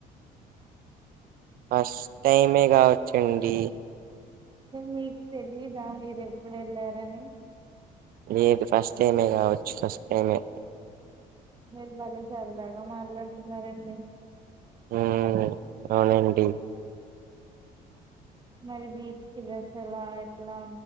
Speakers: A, on the right; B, on the right.
A: ఫస్ట్ టైమే కావచ్చండి
B: మీకు తెలిదా మీరు ఎప్పుడు వెళ్లారని
A: లేదు ఫస్ట్ టైమే కావచ్చు ఫస్ట్ టైమే
B: మీరు భలే సరదాగా మాట్లాడుతున్నారండి
A: హ్మ్ అవునండి
B: మరి బీచ్ కి బసలా ఎట్లా